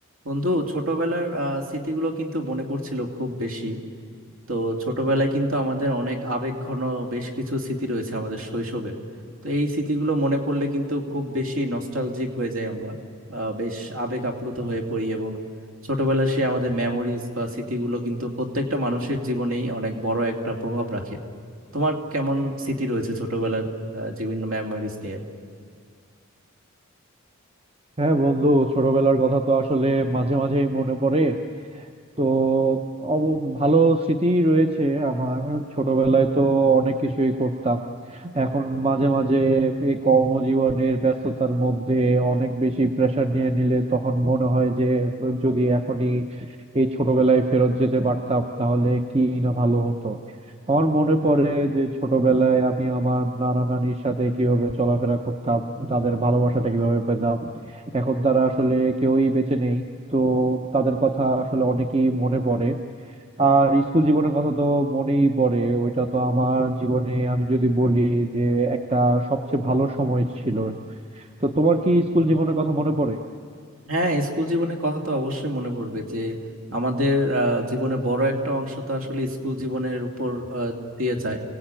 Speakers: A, on the right; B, on the right.
A: বন্ধু ছোটবেলার আহ, স্মৃতিগুলো কিন্তু মনে পড়ছিল খুব বেশি তো ছোটবেলায় কিন্তু আমাদের অনেক আবেগঘন বেশ কিছু স্মৃতি রয়েছে আমাদের শৈশবের তো এই স্মৃতিগুলো মনে পড়লে কিন্তু খুব বেশি নস্টালজিক হয়ে যাই আমরা আহ, বেশ আবেগ আপ্লুত হয়ে পড়ি এবং ছোটবেলার সেই আমাদের মেমোরিজ বা স্মৃতিগুলো কিন্তু প্রত্যেকটা মানুষের জীবনেই অনেক বড় একটা প্রভাব রাখে তোমার কেমন স্মৃতি রয়েছে ছোটবেলার আহ, বিভিন্ন মেমোরিজ নিয়ে
B: হ্যাঁ বন্ধু ছোটবেলার কথা তো আসলে মাঝে মাঝেই মনে পড়ে তো অব- ভালো স্মৃতি রয়েছে আমার ছোটবেলায় তো অনেক কিছুই করতাম এখন মাঝে মাঝে এই কর্মজীবনের ব্যস্ততার মধ্যে অনেক বেশি প্রেশার নিয়ে নিলে তখন মনে হয় যে যদি এখনই এই ছোটবেলায় ফেরত যেতে পারতাম তাহলে কি না ভালো হতো আমার মনে পড়ে যে ছোটবেলায় আমি আমার নানা নানির সাথে কিভাবে চলাফেরা করতাম তাদের ভালোবাসাটা কিভাবে পেতাম এখন তারা আসলে কেউই বেঁচে নেই তো তাদের কথা আসলে অনেকেই মনে পড়ে আর স্কুল জীবনের কথা তো মনেই পড়ে ওইটা তো আমার জীবনে আমি যদি বলি যে একটা সবচেয়ে ভালো সময় ছিল তো তোমার কি স্কুল জীবনের কথা মনে পড়ে
A: হ্যাঁ স্কুল জীবনের কথা তো অবশ্যই মনে পড়বে যে আমাদের আহ, জীবনে বড় একটা অংশ তো আসলে স্কুল জীবনের উপর আহ, দিয়ে যায়